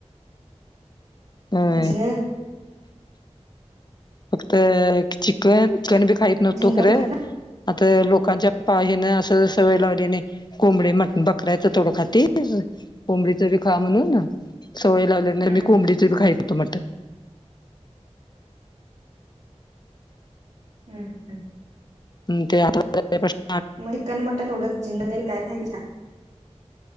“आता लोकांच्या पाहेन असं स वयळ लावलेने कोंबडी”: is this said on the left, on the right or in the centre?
Left